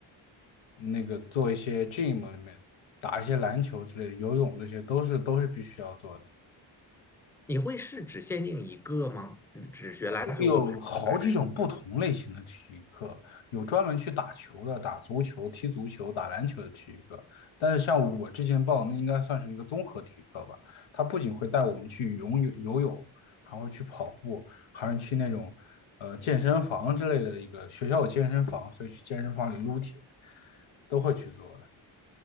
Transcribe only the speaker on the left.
那个做一些 gym 里面打一些篮球之类的，游泳这些都是都是必须要做的。
有好几种不同类型的体育课，有专门去打球的，打足球、踢足球、打篮球的体育课。但是像我之前报的，那应该算是一个综合体育课吧。它不仅会带我们去游泳、游泳，还会去跑步，还是去那种呃健身房之类的一个学校有健身房，所以去健身房里撸铁都会去做的。